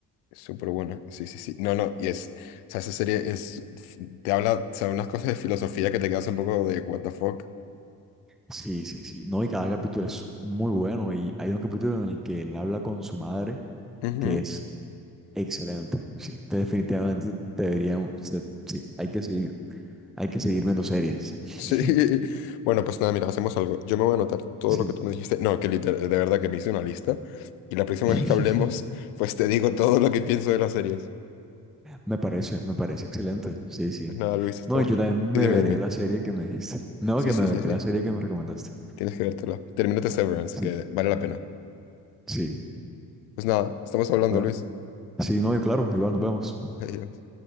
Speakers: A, on the left; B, in the centre.
A: Es Súper buena, sí, sí, sí. No, no, y es, o sea, esa serie es, te habla, o sea, unas cosas de filosofía que te quedas un poco de what the fuck.
B: Sí, sí, sí. No, y cada capítulo es muy bueno. Y hay un capítulo en el que él habla con su madre,
A: Ujú,
B: que es excelente. Sí, entonces definitivamente deberíamos, o sea, sí, hay que seguir, hay que seguir viendo series. <laughs>
A: Sí. <laughs> Bueno, pues nada, mira, hacemos algo. Yo me voy a anotar todo
B: Sí.
A: lo que tú me dijiste. No, que literal, de verdad que me hice una lista. Y la próxima
B: <laughs>
A: vez que hablemos, pues te digo todo lo que pienso de las series.
B: Me parece, me parece excelente. Sí, sí.
A: Pues nada, Luis, estamos.
B: No, y yo también me
A: Sí, dime,
B: veré
A: dime.
B: la serie que me dijiste. No,
A: Sí,
B: que
A: sí,
B: me veré
A: sí, sí.
B: la serie que me recomendaste.
A: Tienes que vértela. Termínate Severance,
B: Sí,
A: que vale la pena.
B: sí.
A: Pues nada, estamos hablando,
B: Bueno,
A: Luis.
B: sí, no, y claro, igual nos vemos.
A: Adiós.